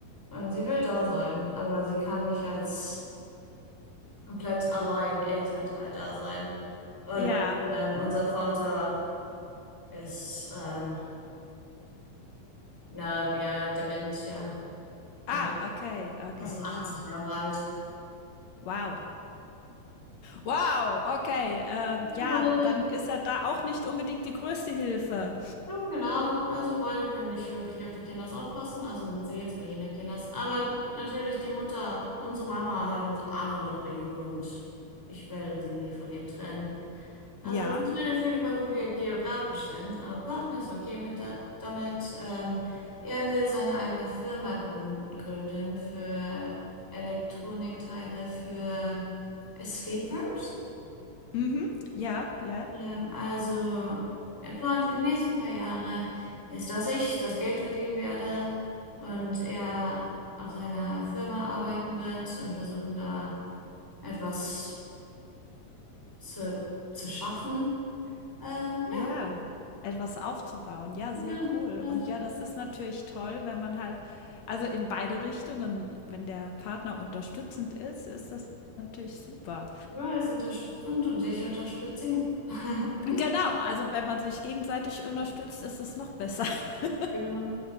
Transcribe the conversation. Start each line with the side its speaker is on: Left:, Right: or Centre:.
Centre: und sie will da sein, aber sie kann nicht als komplett allein Elternteil da sein. Und
Left: Ja.
Centre: ähm, unser Vater ist ähm, na ja dement, ja. Er
Left: Ah, okay, okay,
Centre: fast 80
Left: ja.
Centre: Jahre alt.
Left: Wow. Wow, okay. Äh, ja,
Centre: Also beide,
Left: dann ist er da auch nicht unbedingt die größte Hilfe.
Centre: ja, genau. Also beide können nicht wirklich auf die Kinders aufpassen, also sind sie jetzt meine Kinders. Aber natürlich die Mutter, unsere Mama hat uns alle noch lieb und ich werde sie nie von ihr trennen. Also
Left: Ja,
Centre: das entscheidet viel über, wo wir geografisch sind. Aber Partner ist okay mit da, damit. Ähm, er will seine eigene Firma grün- gründen für Elektronikteile für Escape Rooms.
Left: mhm, ja, ja,
Centre: Ja, also der Plan für die nächsten paar Jahre ist, dass ich das Geld verdienen werde und er auf seiner Firma arbeiten wird und versuchen da etwas zu, zu schaffen. Ähm, ja,
Left: ja. Etwas aufzubauen. Ja, sehr
Centre: ja,
Left: cool.
Centre: also
Left: Und ja, das ist natürlich toll, wenn man halt, also in beide Richtungen, wenn der Partner unterstützend ist, ist das natürlich super.
Centre: ja, er ist unterstützend und ich unterstütze ihn. <laughs>
Left: Genau, also wenn man sich gegenseitig unterstützt, ist es noch besser. <laughs>
Centre: Genau.